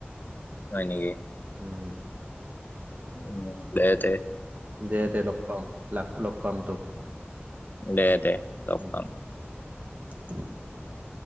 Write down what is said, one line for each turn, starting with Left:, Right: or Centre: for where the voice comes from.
Left: হয় নেকি?
Right: উম।
Left: উম <inaudible>
Right: দে দে লগ পাম লগ লগ পাম তোক।
Left: দে দে লগ
Right: উম
Left: পাম।
Right: <inaudible>